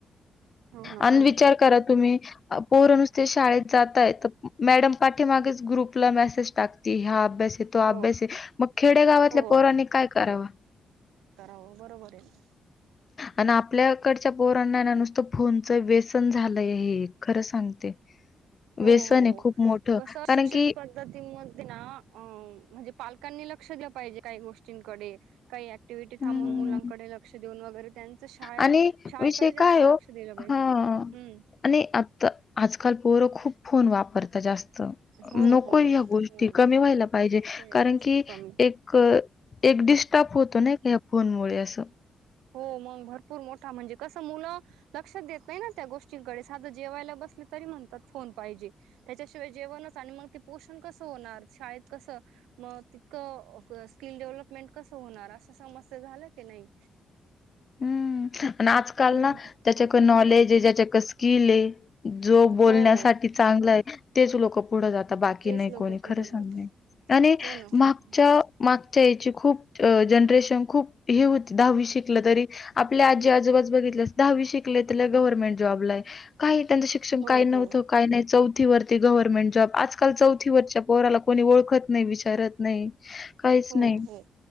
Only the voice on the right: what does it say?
हो
हो
ना
हो
हो
हो बरोबर आहे ना
हो
हो
बस
शिक्षण
पद्धती म ना अ म्हणजे पालकांनी लक्ष दिलं पाहिजे काही गोष्ट डे काही ऍक्टिव्हटी
थांबून मुलांकडे लक्षऊन वैरे शा
शाळेकडे
जास्त
लक्ष दिलं पाहिजे
हम्
हो
हो
हो
नको या
गोष्टी
कमी
हो मग भरपूर मोठा म्हणजे कसं मुलं लक्षात देत नाही ना त्या गोष्टींकडे साधं जेवायला बस अस तरी म्हणतात फन पाहिजे त्याच्याशिवाय जेवणच आणि मग ते पोषण कसं होणार शाळेत कसं मग तितकं स्किल डेव्हलपमेंट कस होणार अस समस्या झाल्या की नाही
हम्म
हो
तेच
लोक
पुढे
जात
हो ना
हो ना
हो
हो
हो
हो